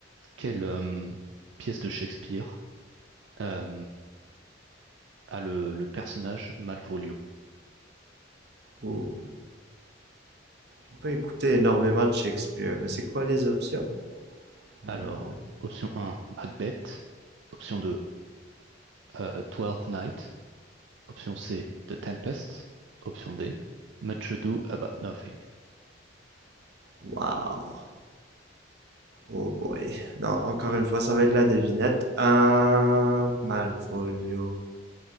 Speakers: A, on the right; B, on the right.
A: quelle euh, pièce de Shakespeare euh, a le, le personnage Malvolio?
B: Oh, J'ai pas écouté énormément de Shakespeare, mais c'est quoi les options? Malvolu.
A: Alors, option un, Macbeth. Option 2, euh, Twelfth Night. Option C, The Tempest. Option D, Much Ado About Nothing.
B: Wow. Oh boy. Non, encore une fois, ça va être la devinette. Euh, Malvolio.